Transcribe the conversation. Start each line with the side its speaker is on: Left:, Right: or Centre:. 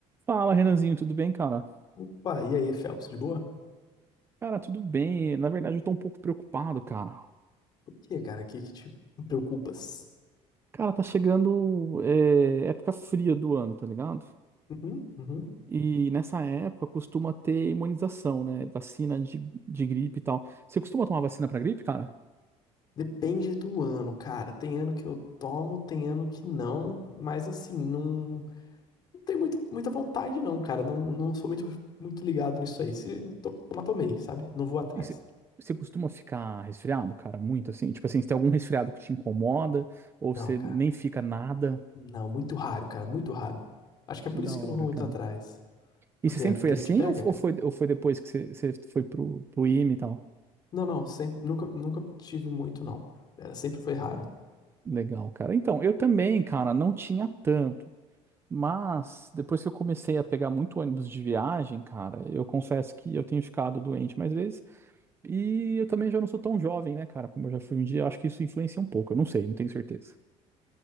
Right: Fala, Renanzinho, tudo bem, cara?
Left: Opa, e aí, Phelps, de boa?
Right: Cara, tudo bem. Na verdade, eu tô um pouco preocupado, cara.
Left: Por que, cara? O que que te preocupas?
Right: Cara, tá chegando é, época fria do ano, tá ligado?
Left: Uhum, uhum.
Right: E nessa época costuma ter imunização, né? Vacina de, de gripe e tal. Você costuma tomar vacina pra gripe, cara?
Left: Depende do ano, cara. Tem ano que eu tomo, tem ano que não, mas assim, não, não tenho muito, muita vontade, não, cara. Não, não sou muito, muito ligado nisso aí. Se tomar, tomei, sabe? Não vou atrás.
Right: E você você costuma ficar resfriado, cara? Muito assim? Tipo assim, se tem algum resfriado que te incomoda, ou
Left: Não,
Right: você
Left: cara.
Right: nem fica nada.
Left: Não, muito raro, cara. Muito raro. Acho que é
Right: Que
Left: por
Right: da
Left: isso que
Right: hora,
Left: eu não vou muito
Right: cara.
Left: atrás.
Right: E
Left: Porque
Right: você sempre
Left: a gripe
Right: foi assim,
Left: te pega,
Right: ou,
Left: cara?
Right: ou foi, ou foi depois que você, você foi pro, pro IME e tal?
Left: Não, não. Sempre, nunca, nunca tive muito, não. Era, sempre foi raro.
Right: Legal, cara. Então, eu também, cara, não tinha tanto. Mas depois que eu comecei a pegar muito ônibus de viagem, cara, eu confesso que eu tenho ficado doente mais vezes. E eu também já não sou tão jovem, né, cara, como eu já fui um dia. Eu acho que isso influencia um pouco. Eu não sei, não tenho certeza.